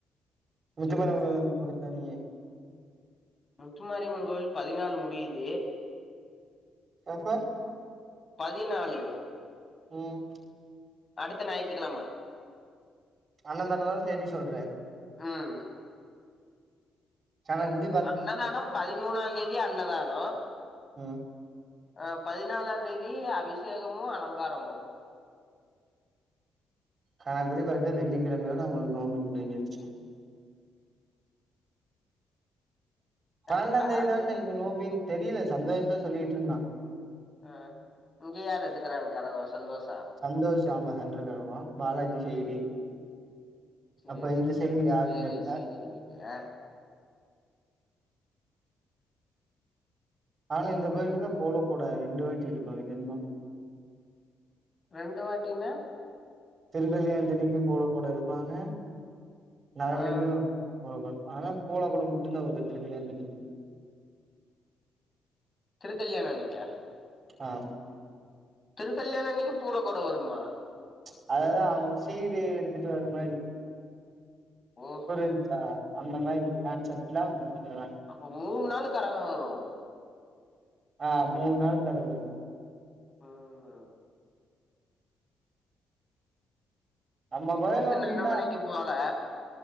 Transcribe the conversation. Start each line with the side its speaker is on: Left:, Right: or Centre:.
Right: முத்துமாரியம்மன்
Left: சேரி சேரி
Right: கோயில் சோம்பி முடுச்சாதா நீ
Left: முத்துமாரியம்மன் கோயிலு பதினாலு முடியுது
Right: எப்ப
Left: பதினாலு
Right: ம்ம்
Left: அடுத்த ஞாய்த்துக்கிழம
Right: அண்ணன்ந்த தானு சேதி சொல்ற
Left: ம்ம்
Right: சேனல் படி
Left: அன்னதான பதிமூணாந் தேதி அன்னதான
Right: ம்
Left: ஆ பதினாலாந் தேதி அபிஷேகமும் அலங்காரமும்
Right: கணக்குப்படி பாத்தா வெள்ளிக்கிழமயோட உங்களுக்கு நோம்பி முடிஞ்சிருச்சு பனண்டாம்
Left: எல்லா காலு
Right: தேதிதாண்ட இங்க நோம்பி தெரில சந்தோஷ் தா சொல்லிட்டு இருந்தா
Left: ஆ இங்க யாரு எடுக்கராங் கரக சந்தோஷா
Right: சந்தோஷ் ஆமா சென்ட்ரல்ல இருப்பா பாலாஜி சைடு
Left: சேர்
Right: அப்ப இந்த
Left: சேர்
Right: சைடு யாருன்னு
Left: சேரி
Right: கேட்டா
Left: சேரி ஆ
Right: ஆனா இந்த கோயில தா போல போடா ரெண்டு வாட்டி எடுப்பாங்க தெரிமா
Left: ரெண்டு வாட்டினா
Right: திரு கல்யாண தணிக்கும் போல கூட எடுப்பாங்க நாலு
Left: ஆ
Right: மணிக்கும் போட ஆனா போல கூடம் மட்டு தா வருது திரு கல்யாணத்துக்கி
Left: திருக்கல்யாண அன்னிக்கா
Right: ஆ
Left: திருக்கல்யாணம் அன்னிக்கு பூல கூட வருமா
Right: ம்ச் அதெலா அவங்க சீறு எடுத்துட்டு வர மாதிரி
Left: ஓஹோ
Right: புரிஞ்ச்சா அந்த மாதிரி கான்செப்ட்ல அவங்க எடுத்துட்டு வராங்க
Left: அப்ப மூணு நாளு கரக வரு
Right: ஆ மூணு நாள் கரக வரு
Left: ம்ம்ம்ம்
Right: நம்ம கோயில்ல
Left: நேத்து
Right: வந்து
Left: நக
Right: இதான்
Left: வேலைக்கு போல